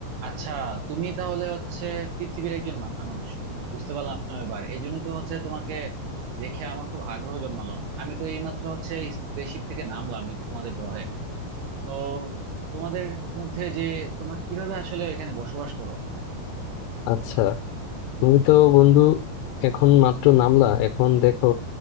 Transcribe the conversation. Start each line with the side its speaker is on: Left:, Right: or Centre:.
Right: আচ্ছা তুমি তাহলে হচ্ছে পৃথিবীর একজন মানুষ বুঝতে পারলাম এবার এই জন্য তো হচ্ছে তোমাকে দেখে আমার খুব আগ্রহ জন্মালো আমি তো এইমাত্র হচ্ছে স্পেসশিপ থেকে নামলাম এই তোমাদের গ্রহে তো তোমাদের মধ্যে যে তোমরা কিভাবে আসলে এখানে বসবাস করো
Left: আচ্ছা তুমি তো বন্ধু এখন মাত্র নামলা এখন দেখো